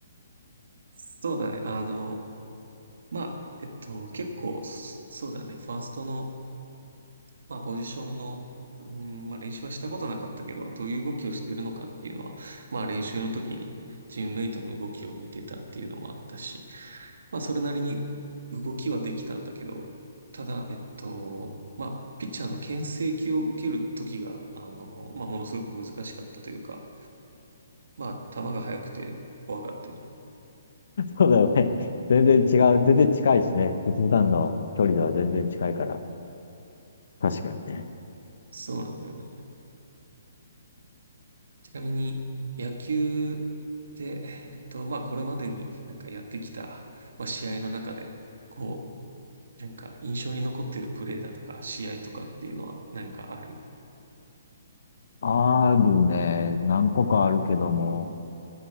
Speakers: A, on the right (about 80°); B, on the left (about 65°).
A: そうだね。あの、まあ、えっと、結構、そそうだね。ファーストのまあ、ポジションの、うん、まあ、練習はしたことなかったけど、どういう動きをしてるのかっていうのは、まあ、練習の時にチームメイトの動きを見てたっていうのもあったし、まあ、それなりに動きはできたんだけど、ただ、えっと、まあ、ピッチャーの牽制球を受ける時が、あの、まあ、ものすごく難しかったというか、まあ、球が速くて怖かったよね。
B: そうだよね。全然違う。全然近いしね。普段の距離では全然近いから。確かにね。
A: そうなんだよね。ちなみに、野球で、えっと、まあ、これまでになんかやってきた、まあ、試合の中で、こう、なんか印象に残ってるプレーだとか、試合とかっていうのは何かある
B: あるね。何個かあるけども、